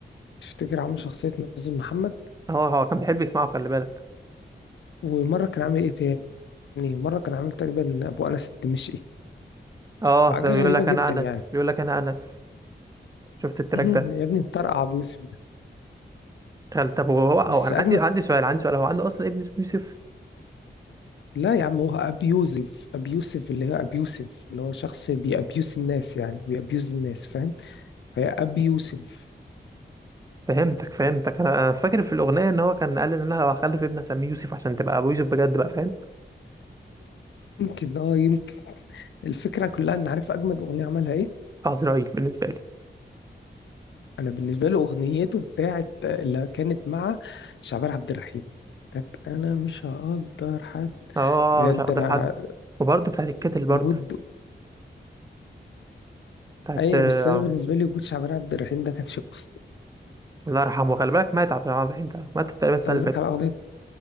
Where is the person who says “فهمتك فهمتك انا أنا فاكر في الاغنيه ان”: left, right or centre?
Right